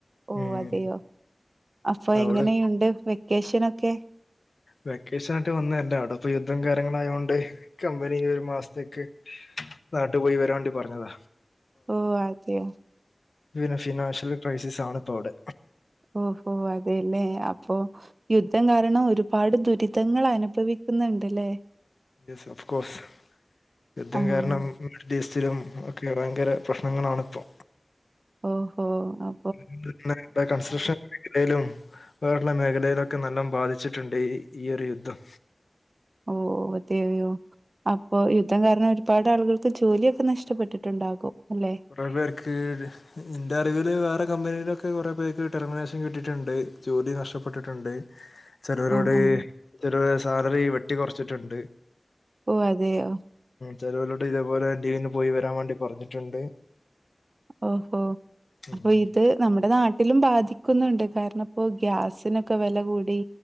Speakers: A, on the right (about 65°); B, on the left (about 85°).
A: ഓഹ്
B: ഉം
A: അതെയോ അപ്പോ
B: അവിടെ
A: എങ്ങനെയുണ്ട് വെക്കേഷനൊക്കെ.
B: വെക്കേഷൻ ആയിട്ട് വന്നല്ല അഒടെ ഇപ്പം യുദ്ധം കാര്യങ്ങളായോണ്ട് കമ്പനി ഈയൊരു മാസത്തേക്ക് നാട്ട് പോയി വരാൻ വേണ്ടി പറഞ്ഞത.
A: ഓ അതെയോ.
B: പിന്നെ ഫിനാൻഷ്യൽ ക്രൈസിസ് ആണ് ഇപ്പോ അഒടെ.
A: ഓഹോ അതെല്ലേ അ പ്പോ യുദ്ധം കാരണം ഒരുപാട് ദുരിതങ്ങൾ അനുഭവിക്കുന്നുണ്ട്ല്ലേ?
B: യെസ് ഒഫ്കോസ് യുദ്ധം
A: ആഹ്
B: കാരണം മിഡിൽ ഈസ്റ്റിലും ഒക്കെ ഭയങ്കര പ്രശ്നങ്ങളാണ് ഇപ്പോ.
A: ഓഹോ അ
B: <unintelligible> കൺസ്ട്രഷൻ ലയിലും വേറള്ള മേഖലയിലൊക്കെ നല്ലോം ബാധിച്ചിട്ടുണ്ട് ഈ ഈയൊരു യുദ്ധം.
A: ഓഹോ അതെയോ. അപ്പൊ യുദ്ധം കാരണം പാടാള്കൾക്ക് ജോലിയൊക്കെ നഷ്ടപ്പെട്ടിട്ട്ണ്ടാകും. അല്ലെ?
B: ത്രോ പേർക്ക്. ന്റെ അറിവില് വേറെ കമ്പനിയിലൊക്കെ കൊറേ പേർക്ക് ടെർമിനേഷൻ കിട്ടിയിട്ടുണ്ട്. ജോലി നഷ്ടപ്പെട്ടിട്ട്ണ്ട്. ചെലോരോട്
A: ആഹ് ആഹ്
B: ചെലോലെ സാലറി വെട്ടി കൊർച്ചിട്ട്ണ്ട്.
A: ഓ. അതെയോ.
B: ചെലോലോട് ഇതേപോലെ ലീവിന് പോയി വരാൻ വേണ്ടി പറഞ്ഞിട്ടുണ്ട്.
A: ഓഹോ. അപ്പൊ
B: ഉം
A: ഇത്. നമ്മുടെ നാട്ടിലും ബാധിക്കുന്നുണ്ട്. കാരണപ്പൊ ഗ്യാസിനൊക്കെ വെല കൂടി.